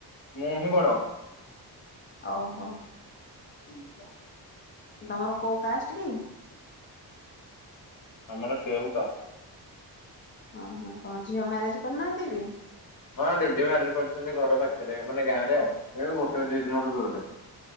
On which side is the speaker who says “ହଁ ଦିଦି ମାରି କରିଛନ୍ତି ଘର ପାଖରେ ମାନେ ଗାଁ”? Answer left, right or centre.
Left